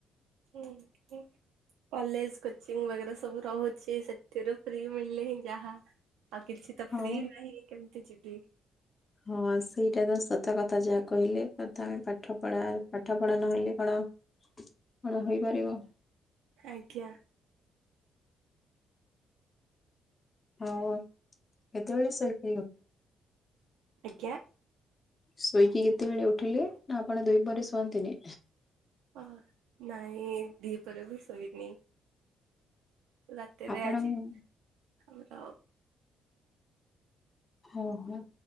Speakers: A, on the right; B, on the left.
A: ହୁଁ ହୁଁ। କଲେଜ କୋଚିଂ ବାଗେରା ସବୁ ରହୁଚି ସେଥିରୁ ଫ୍ରି ମିଳିଲେ ହିଁ ଯାହା। ଆଉ କିଛି ତ
B: ହଁ।
A: ଫ୍ରି ନାହିଁ କେମତି ଯିବି।
B: ହଁ ସେଇଟା ତ ସତ କଥା ଯାହା କହିଲେ ପ୍ରଥମେ ପାଠ ପଢା ପାଠ ପଢା ନହେଲେ କଣ କଣ ହେଇପାରିବ।
A: ଆଜ୍ଞା।
B: ହଁ କେତେବେଳେ ସେପ୍ଟି ନୁହୁ
A: ଆଜ୍ଞା।
B: ଶୋଇକି କେତେବେଳେ ଉଠିଲେ, ନା ଆପଣ ଦୁଇ ପହରେ ଶୁଅନ୍ତିନି?
A: ଅ ନାଇଁ ଦି ପରେ ବି ଶୋଇନି। ରାତିରେ
B: ଆପଣ
A: ଆଜି
B: ହଁ
A: ଆମର
B: ଓହୋ,